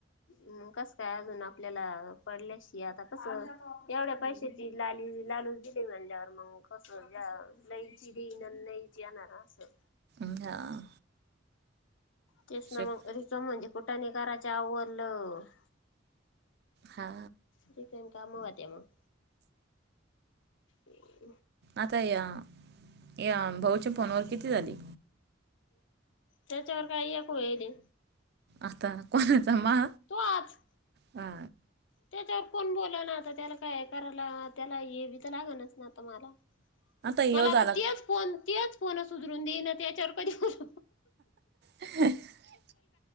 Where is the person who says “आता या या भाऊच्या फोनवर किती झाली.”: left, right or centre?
Right